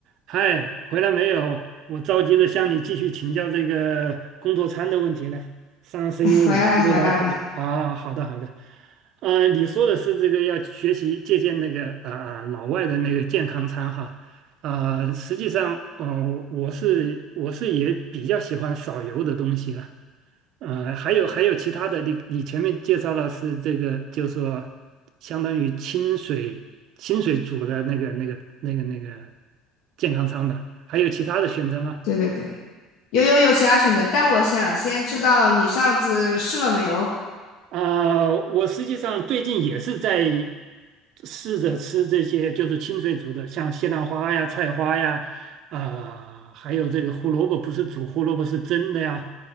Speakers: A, on the right; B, on the left.
A: 嗨，回来没有？我着急着向你继续请教这个工作餐的问题呢。上次因为有事没聊透啊，
B: 哎回来了回来了。
A: 好的好的。呃，你说的是这个要学习借鉴那个啊、老外的那个健康餐哈，呃，实际上，呃，我是我是也比较喜欢少油的东西了。呃，还有还有其他的，你你前面介绍了是这个，就是说相当于清水清水煮的那个那个那个那个健康餐吧？还有其他的选择吗？
B: 对对对，有有有其他选择，但我想先知道你上次试了没有？
A: 啊、我实际上最近也是在试着吃这些，就是清水煮的，像西兰花呀、菜花呀，啊、还有这个胡萝卜，不是煮胡萝卜是蒸的呀，